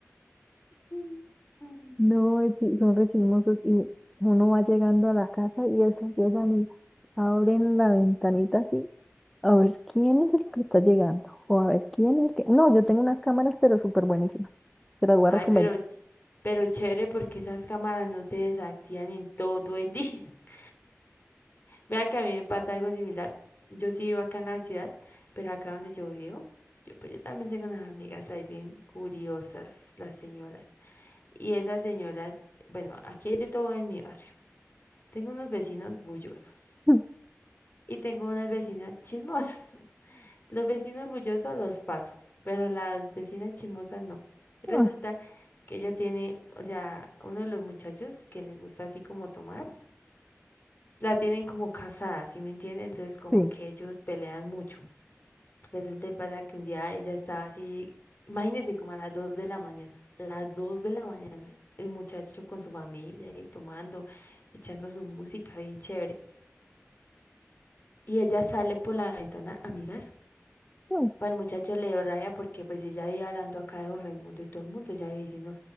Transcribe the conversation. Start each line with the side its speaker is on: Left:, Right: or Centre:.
Left: <laughs>
Centre: No, es que son re chismosos y uno va llegando a la casa y eso llegan y abren la ventanita así a ver quién es el que está llegando o a ver quién es el que... No, yo tengo unas cámaras pero súper buenísimas. Te las voy
Left: Ay,
Centre: a recomendar.
Left: pero, ch- pero chévere porque esas cámaras no se desactivan en todo el día. <laughs> Vea que a mí me pasa algo similar. Yo sí vivo acá en la ciudad, pero acá donde yo vivo, yo, pues yo también tengo unas amigas ahí bien curiosas, las señoras. Y esas señoras, bueno, aquí hay de todo en mi barrio. Tengo unos vecinos bullosos
Centre: <laughs>
Left: y tengo unas vecinas chismosas. <laughs> Los vecinos bullosos los paso, pero las vecinas chismosas no. Resulta
Centre: Ay,
Left: que ella tiene, o sea, uno de los muchachos que le gusta así como tomar, la tienen como casada, ¿sí me entienden? Entonces como
Centre: sí.
Left: que ellos pelean mucho. Resulta y pasa que un día ella estaba así, imagínense como a las 2 de la mañana, las 2 de la mañana, el muchacho con su familia y tomando, echando su música bien chévere. Y ella sale por la ventana a mirar.
Centre: Ay,
Left: Pues el muchacho le dio rabia porque pues ella iba hablando acá de don Raimundo y todo el mundo, ella iba diciendo